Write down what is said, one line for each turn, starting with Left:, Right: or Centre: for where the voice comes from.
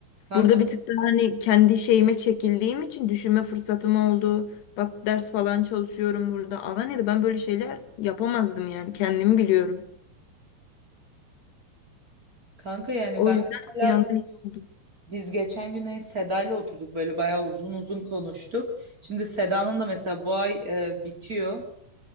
Right: kanka
Left: Burada bir tık daha hani kendi şeyime çekildiğim için düşünme fırsatım oldu. Bak ders falan çalışıyorum burada. Alanya'da ben böyle şeyler yapamazdım yani kendimi biliyorum.
Right: kanka yani
Left: O
Right: ben
Left: yüzden
Right: mesela
Left: bir yandan iyi oldu.
Right: biz geçen gün hani Seda'yla oturduk böyle bayağı uzun uzun konuştuk. Şimdi Seda'nın da mesela bu ay e, bitiyor